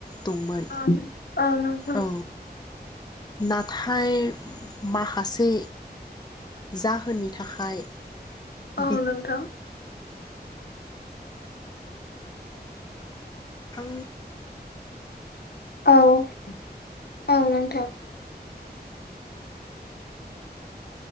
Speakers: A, on the left; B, on the left.
A: दंमोन
B: औ नोंथां।
A: औ नाथाय माखासे जाहोननि थाखाय बिथां
B: औ नोंथां।
A: थां
B: औ-औ नोंथां।